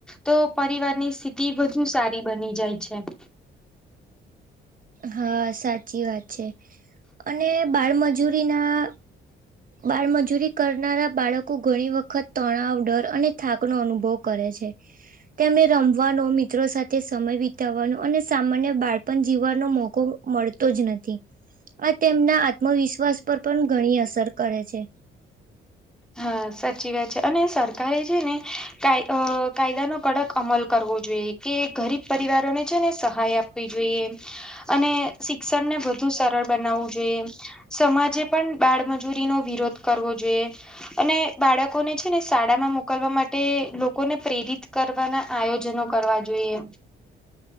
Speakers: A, in the centre; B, on the right.
A: તો પરિવારની સ્થિતિ વધુ સારી બની જાય છે.
B: હા સાચી વાત છે અને બાળમજૂરીના બાળમજૂરી કરનારા બાળકો ઘણી વખત તણાવ, ડર અને થાકનોો અનુભવ કરે છે. તેમને રમવાનો, મિત્રો સાથે સમય વિતાવવાનો અને સામાન્ય બાળપણ જીવન નો મોકો મળતો જ નથી. આ તેમના આત્મવિશ્વાસ પર પણ ઘણી અસર કરે છે.
A: હા સાચી વાત છે અને સરકારે છે ને કાયદ કાયદાનો કડક અમલ કરવો જોઈએ. કે ગરીબ પરિવારોને છે ને સહાય આપવી જોઈએ. અને શિક્ષણને વધુ સરળ બનાવવું જોઈએ. સમાજે પણ બાળમજૂરીનો વિરોધ કરવો જોઈએ. અને બાળકોને છે ને શાળા માં મોકલવા માટે લોકોને પ્રેરિત કરવાના આયોજનો કરવા જોઈએ.